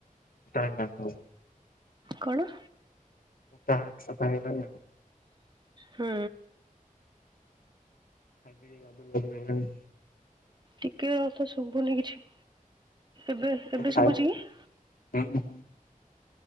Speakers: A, on the left; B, on the right.
A: ହ ହଁ <unintelligible>
B: କଣ?
A: ତା ହାତ ସଫା ହେଲାଣି କି ନାଇ?
B: ହୁଁ।
A: ଆଗକୁ ଦୁର୍ଗା ପୂଜା ଆସିଲାଣି।
B: ଟିକେ ମତେ ଶୁଭୁନି କିଛି। ଏବେ ଏବେ
A: ଖାଇ
B: ଶୁଭୁଚି କି?
A: ହୁଁ ହୁଁ।